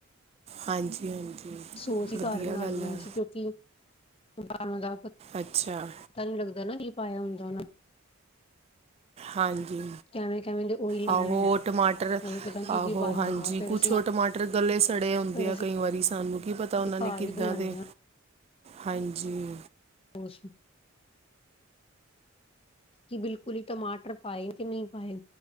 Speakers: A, on the right; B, on the left.
A: ਹਾਂਜੀ ਹਾਂਜੀ।
B: ਸੋਸ ਹੀ
A: ਵਧੀਆ
B: ਘਰ ਬਣਾ
A: ਗੱਲ
B: ਲੈਂਦੇ
A: ਹੈ
B: ਅਸੀ ਕਿਉਂਕਿ ਬਾਹਰੋਂ ਦਾ
A: ਅੱਛਾ
B: ਤਾਂ ਨੀ ਲੱਗਦਾ ਨਾ ਇਹ ਪਾਇਆ ਹੁੰਦਾ।
A: ਹਾਂਜੀ।
B: ਕਿਵੇਂ ਕਿਵੇਂ ਦੇ ਉਹੀ ਪਾਉਂਦੇ
A: ਆਹੋ ਟਮਾਟਰ
B: ਹਾਂ ਪਤਾ ਕੀ
A: ਆਹੋ
B: ਕੀ ਪਾਇਆ
A: ਹਾਂਜੀ
B: ਹੁੰਦਾ ਫਿਰ
A: ਕੁਛ
B: ਅਸੀਂ
A: ਉਹ ਟਮਾਟਰ! ਟਰ ਗਲੇ ਸੜੇ ਆਉਂਦੇ
B: ਫਿਰ
A: ਆ
B: ਅਸੀਂ
A: ਕਈ ਵਾਰੀ ਸਾਨੂੰ ਕੀ ਪਤਾ ਤਾਂ ਉਹਨਾਂ
B: ਘਰ
A: ਨੇ ਕਿੱਦਾਂ
B: ਹੀ ਬਣਾਉਂਦੇ
A: ਦੇ
B: ਹਾਂ
A: ਹਾਂਜੀ
B: ਹੋਛ ਕਿ ਬਿਲਕੁਲ ਹੀ ਟਮਾਟਰ ਪਏਨ ਕੇ ਨਹੀਂ ਪਾਏ